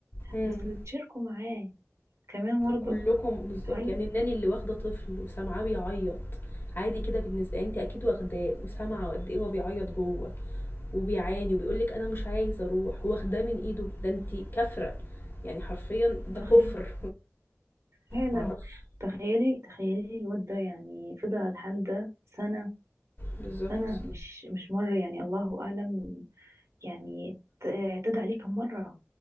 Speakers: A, on the left; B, on the right.
A: إمم.
B: بس اللي تشاركوا معاه كمان مرضى
A: كلكم بالضبط،
B: هل
A: يعني الناني اللي واخدة طفل وسامعاه بيعيط عادي كده بالنسبة أنتِ أكيد واخداه وسامعة قد إيه هو بيعيط جوه، وبيعاني وبيقول لِك أنا مش عايز أروح، واخداه من إيده، ده أنتِ كافرة، يعني حرفيًا ده
B: تخيل
A: كفر
B: فعلا
A: <laughs> ما أعرفش
B: تخيلي تخيلي الواد ده يعني فضل على الحال ده سنه
A: بالضبط،
B: سنه مش مش مره يعني الله اعلم يعني ت- اعتدى عليه كم مره